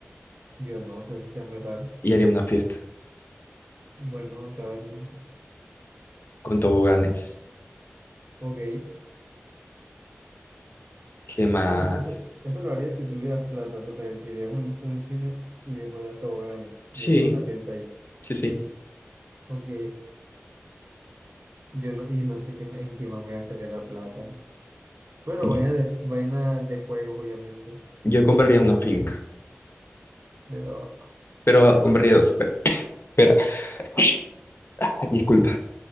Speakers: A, on the right (about 55°); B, on the left (about 55°).
A: Yo no, eso está muy raro.
B: y haría una fiesta
A: Bueno, cada quien.
B: con toboganes.
A: Ok.
B: ¿Qué más?
A: Entonces, eso, eso lo harías si tuvieras plata, o sea, te alquilarías un, un cine y le pondrías toboganes y
B: Sí,
A: haces una fiesta ahí.
B: sí, sí.
A: Ok, yo no, y no sé qué, me- en qué más me gastaría la plata. Bueno,
B: Y-
A: vaina de, vaina de juegos, obviamente.
B: Yo compraría una finca,
A: De loco.
B: pero compraría dos. Espera, espera. <laughs> Disculpa.